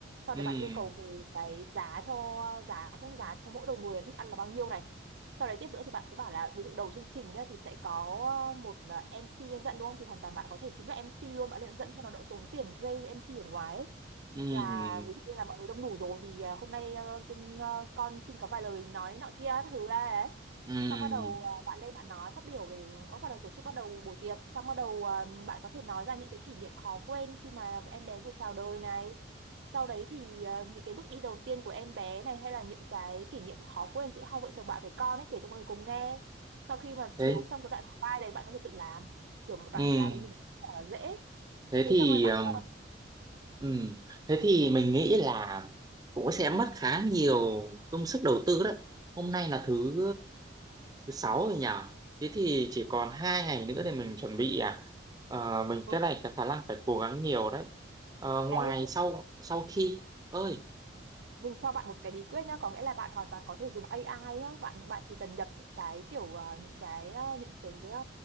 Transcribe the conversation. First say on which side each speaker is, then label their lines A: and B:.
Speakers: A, on the right; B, on the right.
A: sau
B: ừm,
A: đấy bạn yêu cầu về cái giá cho giá giá cho mỗi đầu người là thức ăn là bao nhiêu này sau đấy tiếp nữa thì bạn cứ bảo là ví dụ đầu chương trình nhá thì sẽ có ờ, một ờ, MC lên dẫn đúng không thì hoàn toàn bạn có thể chính là MC luôn bạn lên dẫn cho nó đỡ tốn tiền thuê MC ở ngoài ấy.
B: ừm,
A: là ví dụ như là mọi người đông đủ rồi thì ờ, hôm nay ờ, chúng ờ, con xin có vài lời nói nọ kia các thứ ra đấy
B: ừm.
A: xong bắt đầu à, bạn lên bạn nói phát biểu về có bắt đầu tổ chức bắt đầu buổi tiệc xong bắt đầu à, bạn có thể nói ra những cái kỷ niệm khó quên khi mà em bé vừa chào đời này sau đấy thì à, những cái bước đi đầu tiên của em bé này hay là những cái kỷ niệm khó quên giữa hai vợ chồng bạn với con ấy kể cho mọi người cùng nghe sau khi mà
B: thế
A: chiếu xong cái đoạn slide đấy bạn có thể tự làm kiểu một đoạn
B: ừm,
A: slide đấy mình cũng rất là dễ
B: thế
A: thế
B: thì
A: xong rồi bạn
B: ừm, Ừ. Thế thì mình nghĩ là cũng sẽ mất khá nhiều công sức đầu tư đấy. Hôm nay là thứ thứ sáu rồi nhỉ thế thì chỉ còn hai ngày nữa để mình chuẩn bị à Ờ, mình
A: ờ,
B: cái này cái khả năng phải cố gắng nhiều đấy Ờ, ngoài
A: thấy không
B: sau sau khi ơi
A: mình cho bạn một cái bí quyết nhá có nghĩa là bạn hoàn toàn có thể dùng AI nhá bạn bạn chỉ cần nhập những cái kiểu ờ, những cái ờ, những cái ờ,